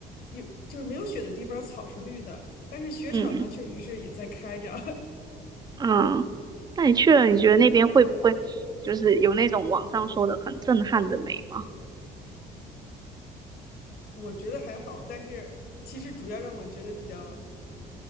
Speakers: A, on the left; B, on the right.
A: 有就是没有雪的地方草是绿的，但是雪场呢确实是也在开着，
B: 嗯。嗯，那你去了，你觉得那边会不会就是有那种网上说的很震撼的美吗？
A: <laughs> 我觉得还好。但是其实主要让我觉得比较